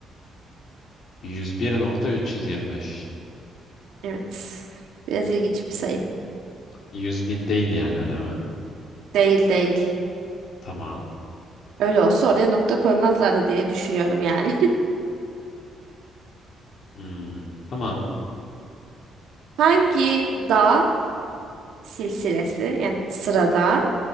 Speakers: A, on the left; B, on the right.
A: 101.325.
B: Evet. Biraz ilginç bir sayı.
A: 100 bin değil yani öyle mi?
B: Değil değil.
A: Tamam.
B: Öyle olsa oraya nokta koymazlardı diye düşünüyorum yani.
A: Hmm, tamam.
B: <laughs> Hangi dağ silsilesi yani sırada